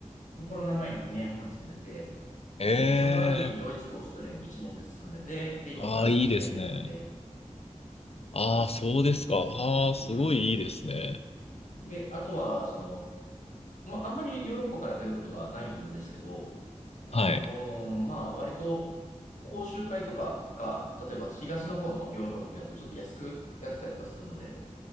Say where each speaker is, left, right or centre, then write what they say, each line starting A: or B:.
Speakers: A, on the left (about 80°); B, on the left (about 55°).
A: コロナ前に2年半住んでて、
B: ええ
A: で、その後にドイツとオーストリアに1年ずつ住んでて、で、今フランス2年目なので、
B: ああ、いいですね。ああ、そうですか。ああ、
A: そうなんですよ。
B: すごいいいですね。
A: で、あとは、その、まあ、あんまりヨーロッパから出ることがないんですけど、あのーまあ、
B: はい。
A: 割と、講習会とかが、例えば東の方のヨーロッパの国だとちょっと安くやってたりとかするので、